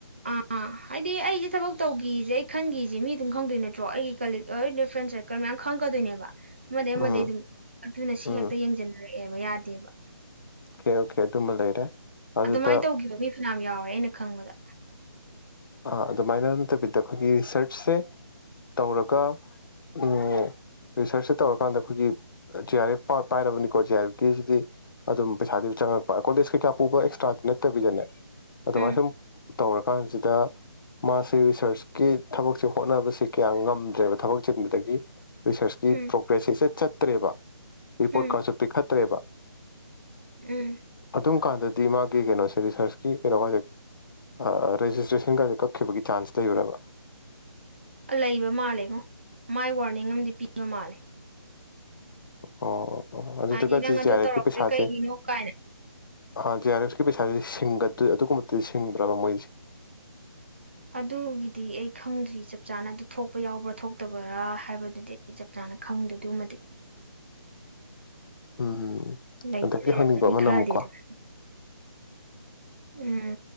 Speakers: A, on the right (about 25°); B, on the left (about 55°).
A: ꯑꯥ ꯍꯥꯏꯗꯤ ꯑꯩꯁꯦ ꯊꯕꯛ ꯇꯧꯈꯤꯁꯦ ꯑꯩ ꯈꯟꯒꯤꯁꯦ ꯃꯤ ꯑꯗꯨꯝ ꯈꯪꯗꯣꯏ ꯅꯠꯇ꯭ꯔꯣ ꯑꯩꯒꯤ ꯀꯂꯤꯛ ꯑꯩ ꯐ꯭ꯔꯦꯟꯁ ꯁꯔꯀꯜ ꯃꯌꯥꯝ ꯈꯪꯉꯛꯀꯗꯣꯏꯅꯦꯕ ꯑꯃꯗꯩꯩ ꯑꯃꯗꯩꯩ
B: ꯎꯝ
A: ꯑꯗꯨꯝ ꯑꯗꯨꯅ ꯁꯤ
B: ꯎꯝ
A: ꯍꯦꯛꯇ ꯌꯦꯡꯁꯤꯟꯅꯔꯦ ꯀꯩꯕ ꯌꯥꯗꯦꯕ
B: ꯑꯣꯀꯦ ꯑꯣꯀꯦ ꯑꯗꯨꯃ ꯂꯩꯔꯦ ꯑꯗꯨꯗ
A: ꯑꯗꯨꯃꯥꯏꯅ ꯇꯧꯈꯤꯕ ꯃꯤ ꯐꯅꯌꯥꯝ ꯌꯥꯎꯔꯦ ꯑꯩꯅ ꯈꯪꯕꯗ
B: ꯑꯥ ꯑꯗꯨꯃꯥꯏꯅ ꯅꯠꯇꯕꯤꯗ ꯑꯩꯈꯣꯏꯒꯤ ꯔꯤꯁꯔꯆꯁꯦ ꯇꯧꯔꯒ ꯎꯝ ꯔꯤꯁꯔꯆꯁꯦ ꯇꯧꯔꯀꯥꯟꯗ ꯑꯩꯈꯣꯏꯒꯤ ꯖꯦ ꯑꯥꯔ ꯑꯦꯐ ꯄꯥꯏꯔꯕꯅꯤꯀꯣ ꯖꯦ ꯑꯥꯔ ꯑꯦꯐ ꯗꯤꯜꯗꯤ ꯑꯗꯨꯝ ꯄꯩꯁꯥꯗꯤ ꯆꯪꯉꯛꯄ ꯀꯣꯂꯦꯖ ꯀꯩꯀꯥ ꯄꯨꯕ ꯑꯦꯛꯁꯇ꯭ꯔꯥꯗꯤ ꯅꯠꯇꯕꯤꯗꯅꯦ
A: ꯎꯝ
B: ꯑꯗꯨꯃꯥꯏꯁꯨꯝ ꯇꯧꯔꯀꯥꯟꯁꯤꯗ ꯃꯥꯁꯦ ꯔꯤꯁꯔꯁꯀꯤ ꯊꯕꯛꯁꯦ ꯍꯣꯠꯅꯕꯁꯦ ꯀꯌꯥ ꯉꯝꯗ꯭ꯔꯦꯕ ꯊꯕꯛ ꯆꯤꯟꯕꯗꯒꯤ ꯔꯤꯁꯔꯁꯀꯤ
A: ꯎꯝ
B: ꯄ꯭ꯔꯣꯒ꯭ꯔꯦꯁꯁꯦ ꯏꯆꯠ ꯆꯠ ꯇ꯭ꯔꯦꯕ ꯔꯤꯄꯣꯔꯠ
A: ꯎꯝ
B: ꯀꯥꯁꯦ ꯄꯤꯈꯠꯇ꯭ꯔꯦꯕ
A: ꯎꯝ
B: ꯑꯗꯨꯝ ꯀꯥꯟꯗꯗꯤ ꯃꯥꯒꯤ ꯀꯩꯅꯣꯁꯦ ꯔꯤꯁꯔꯁꯀꯤ ꯀꯩꯅꯣꯒꯁꯦ ꯑꯥ ꯔꯦꯁꯇ꯭ꯔꯦꯁꯟ ꯁꯤꯡꯒꯗ <unintelligible> ꯀꯛꯈꯤꯕꯒꯤ ꯆꯥꯟꯁ ꯂꯩꯕ꯭ꯔꯕ
A: ꯂꯩꯕ ꯃꯥꯜꯂꯦꯉꯣ ꯃꯥꯏ ꯋꯥꯔꯅꯤꯡ ꯑꯃꯗꯤ ꯄꯤꯕ ꯃꯥꯜꯂꯦ
B: ꯑꯣ ꯑꯣ ꯑꯗꯨꯗꯨꯒꯁꯦ
A: ꯍꯥꯏꯗꯤ ꯅꯪ ꯑꯗꯨ
B: ꯖꯦ ꯑꯥꯔ ꯑꯦꯐꯀꯤ
A: ꯇꯧꯔꯛꯇ꯭ꯔꯤ
B: ꯄꯩꯁꯥꯁꯦ
A: ꯀꯩꯒꯤꯅꯣ ꯀꯥꯏꯅ
B: ꯑꯥ ꯖꯦ ꯑꯥꯔ ꯑꯦꯐ ꯀꯤ ꯄꯩꯁꯥꯁ ꯁꯤꯡꯒꯗꯣꯏ ꯑꯗꯨꯒꯨꯝꯕꯗꯤ ꯁꯤꯡꯕ꯭ꯔꯕ ꯃꯣꯏꯁꯦ
A: ꯑꯗꯨꯒꯤꯗꯤ ꯑꯩ ꯈꯪꯗ꯭ꯔꯤ ꯆꯞ ꯆꯥꯅ ꯑꯗꯨ ꯊꯣꯛꯄ ꯌꯥꯎꯕ꯭ꯔꯥ ꯊꯣꯛꯇꯕꯔꯥ ꯍꯥꯏꯕꯗꯨꯗꯤ ꯑꯩ ꯆꯞ ꯆꯥꯅ ꯈꯪꯗꯦ ꯑꯗꯨꯃꯗꯤ
B: ꯎꯝ
A: ꯂꯩꯗꯤ
B: ꯑꯗꯒꯤ
A: ꯂꯩꯔꯝꯒꯅꯤ
B: ꯍꯪꯅꯤꯡꯕ ꯑꯃꯅ
A: ꯈꯔꯤꯗꯤ
B: ꯑꯃꯨꯛꯀꯣ
A: ꯗꯨꯝ ꯎꯝ